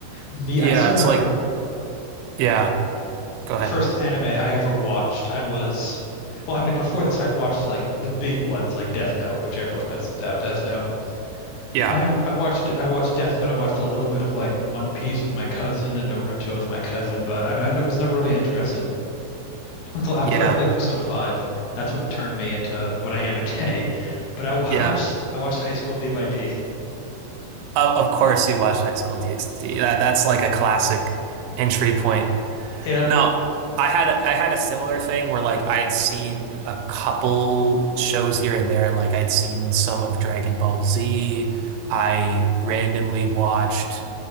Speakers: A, on the left (about 80°); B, on the right (about 85°).
A: Me,
B: Yeah,
A: I still
B: it's
A: remember
B: like yeah, go ahead.
A: the first anime I ever watched. I was, well, I mean before this, I'd watched like the big ones like Death Note, which everyone knows about Death Note.
B: Yeah.
A: I I watched I watched Death Note. I watched a little bit of like One Piece with my cousin and Naruto with my cousin, but I, I was never really interested until after
B: Yeah.
A: I played Persona 5. That's what turned me into what I am today. But I <laughs> watched
B: Yeah.
A: I watched High School D by D.
B: Of, of course you watched High School DxD. That that's like a classic entry point.
A: Yep.
B: No, I had a, I had a similar thing where like I had seen a couple shows here and there. Like I'd seen some of Dragon Ball Z. I randomly watched